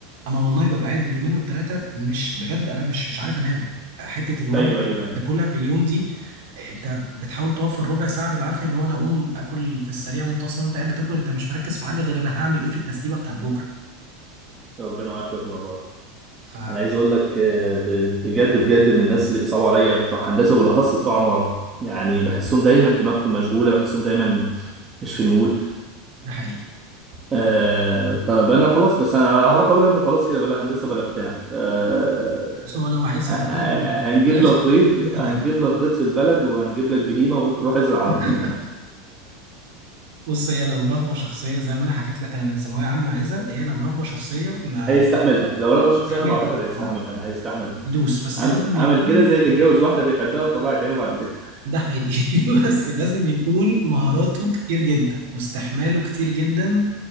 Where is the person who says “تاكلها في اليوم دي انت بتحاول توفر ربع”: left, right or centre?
Right